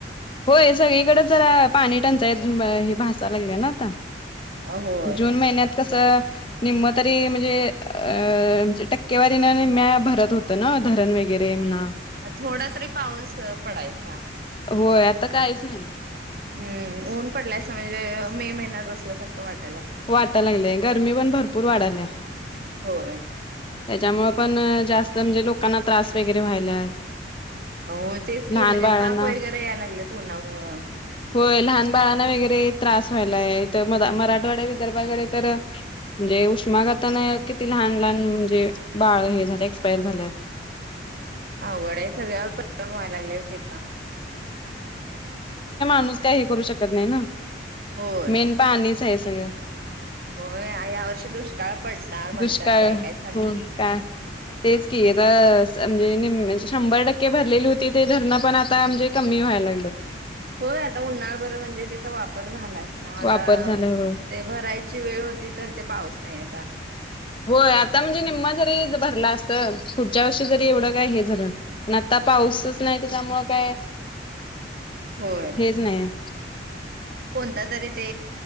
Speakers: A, on the left; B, on the right.
A: होय सगळीकडे जरा पाणी टंचाईत हे भसाव लागलं ना आता
B: होय
A: जून महिन्यात कसं निम्म तरी म्हणजे अ म्हज टक्केवारीने निम्या भरत होतं ना धरण वगैरे म्हणा
B: थोडा तरी पाऊस पडायचा
A: होय आता काहीच नाही
B: हम्म ऊन पडला असं म्हणजे मे महिन्यात असल्यासारखं वाट
A: वाटा लागलेय गरमी पण भरपूर वाढाल्या
B: होय.
A: त्याच्यामुं पण जास्त म्हणजे लोकांना त्रास वगैरे व्हायला
B: हो तेच की
A: लहान
B: म्हणजे
A: बाळांना
B: ताप वगैरे याय लागले तोनामुळं
A: होय लहान बाळांना वगरे त्रास व्हायलाय त मरा मरा मठवाड्या विदर्भाकडे तर म्हणजे उष्माघातान किती लहान लहान म्हणजे बाळ हे झाल एक्यर झाल्यात.
B: अघडा सगळ्यावर परम व्हायला लागल्या त्याचा
A: ण काही हे करू शकत नाही
B: होय
A: मेन पाणीच आहे. <unintelligible>
B: होय या वर्षी दुष्काळ पडणार म्हणतात
A: दुष्काळ
B: काय काय चालंय
A: हो काय तेच की आता म्हणजे म्हणजे शंभर टक्के भरलेली होती ते धरणं पण आता म्हणजे कमी व्हायला लागलेत.
B: होय आता उन्हाळा बरं म्हणजे त्याचा वापर झालाच ना आता
A: वापर झाल्यावर
B: ते भरायची वेळ होती तर ते पाऊस नाही आता
A: हो आता म्हणजे निम्मा जरी भरला असत पुढच्या वर्षी जरी एवढं काय हे झालं पण आता पाऊसच नाही त्याच्यामुळ काय
B: होय
A: हेच नाहीय
B: कोणता तरी ते